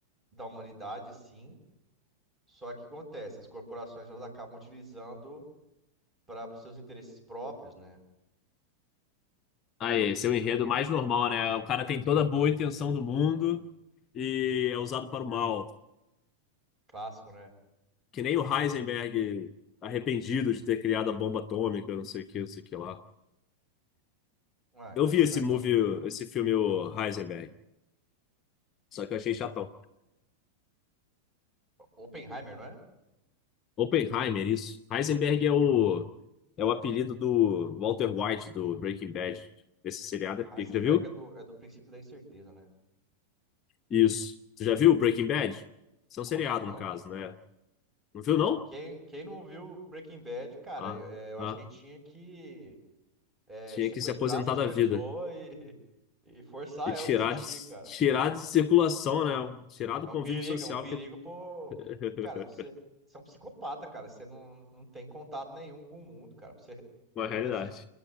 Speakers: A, on the right (about 20°); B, on the left (about 30°).
A: da humanidade, sim, Só que acontece, as corporações elas acabam utilizando para os seus interesses próprios, né?
B: Ah é, esse é o enredo mais normal, né? O cara tem toda a boa intenção do mundo e é usado para o mal.
A: Clássico, né?
B: Que nem o Heisenberg arrependido de ter criado a bomba atômica, não sei o que, não sei o que lá.
A: Ah, cara,
B: Eu vi
A: mas
B: esse
A: ali.
B: movie, esse filme, o Heisenberg, só que eu achei chatão.
A: Oppenheimer, não é?
B: Oppenheimer, isso. Heisenberg é o, é o apelido do Walter White, do Breaking Bad. Esse seriado é
A: Heisenberg
B: pica. Já viu?
A: é do, é do princípio da incerteza, né?
B: Isso. Você já viu Breaking Bad? Isso é
A: Como
B: um seriado,
A: que não?
B: no caso, né? Não viu, não?
A: Quem, quem não viu Breaking Bad, cara,
B: Ah,
A: eu é, eu acho
B: ah.
A: que a gente tinha que é,
B: Tinha
A: sequestrar
B: que se aposentar
A: essas
B: da
A: pessoas
B: vida
A: e, <laughs> e forçar
B: e tirar
A: elas a assistir,
B: de,
A: cara.
B: tirar de circulação, né? Tirar
A: É
B: do
A: um
B: convívio
A: perigo,
B: social,
A: é um perigo,
B: que
A: pô.
B: <laughs>
A: Cara, você, você é um psicopata, cara. Você não, não tem contato nenhum com o mundo, cara. Pra Você, <laughs>
B: uma
A: tu
B: realidade.
A: ter